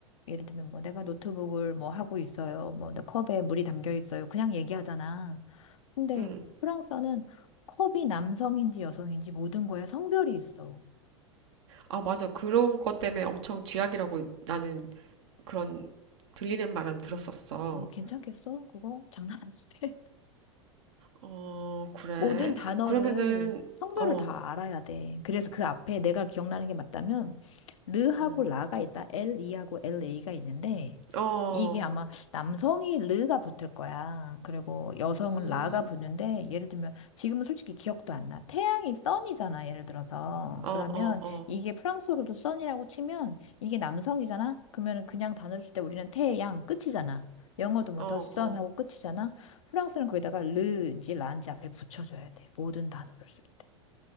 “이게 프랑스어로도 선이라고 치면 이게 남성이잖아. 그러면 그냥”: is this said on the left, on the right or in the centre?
Left